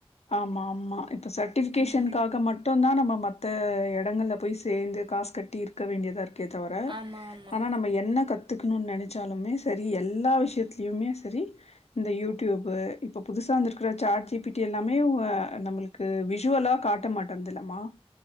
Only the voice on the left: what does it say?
ஆமா ஆமா இப்ப சர்ட்டிஃபிக்கேஷனுக்காக
மட் மட்டும்தா நம்ம மத்த இடங்கள்ல போய் சேந்து காசு கட்டி இருக்க வேண்டியதாருக் க்கே தவர
ஆனா நம்ம என்ன கத் துக்கணுன்னு நெனச்சாலுமே செரி எல்லா விஷயத்துலயுமே செரி இந்த யூடியூப்பு இப்போ புதுசா வந்திருக்கிற சேட் ஜி பி டி எல்லாமே உ அ நம்மளுக்கு விஷுவலா காட்ட மாட்டேன்துலமா